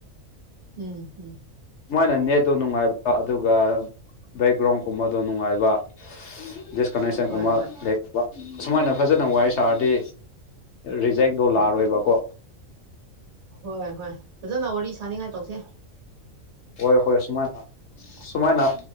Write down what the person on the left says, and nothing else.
ꯃꯣꯏꯅ ꯅꯦꯠꯇꯣ ꯅꯨꯡꯉꯥꯏꯕ ꯑꯗꯨꯒ ꯕꯦꯛꯒ꯭ꯔꯥꯎꯟ ꯀꯨꯝꯕꯗꯣ ꯅꯨꯡꯉꯥꯏꯕ ꯗꯤꯁꯀꯅꯦꯛꯁꯟꯀꯨꯝꯃ
ꯂꯩꯕ ꯁꯨꯃꯥꯏꯅ ꯐꯖꯅ ꯋꯥꯔꯤ ꯁꯥꯔꯗꯤ ꯔꯤꯖꯦꯛꯗꯣ
ꯂꯥꯑꯔꯣꯏꯕꯀꯣ
ꯍꯣꯏ ꯍꯣꯏ ꯁꯨꯃꯥꯏꯅ ꯁꯨꯃꯥꯏꯅ